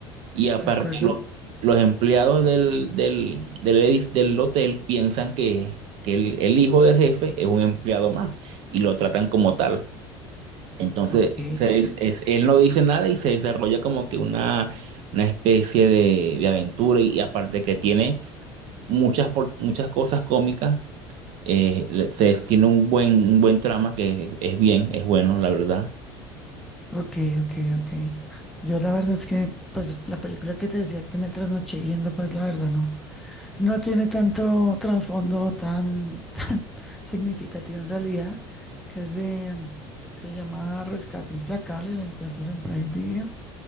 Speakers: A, on the right (about 60°); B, in the centre.
A: Y aparte,
B: ¿De acuerdo?
A: los, los empleados del, del, del, edif- del hotel piensan que, que el, el hijo del jefe es un empleado más y lo tratan como tal. Entonces,
B: Ok,
A: se des- es- él no dice nada y se desarrolla como que una, una especie de, de aventura y, y aparte que tiene muchas, por- muchas cosas cómicas eh, le- se- tiene un buen, un buen trama que es, es bien, es bueno, la verdad.
B: ok, ok, ok. Yo la verdad es que, pues, la película que te decía que me trasnoché viendo, pues, la verdad no. No tiene tanto trasfondo tan, <laughs> tan significativo en realidad. Es de, se llama Rescate Implacable, la encuentras en Prime Video.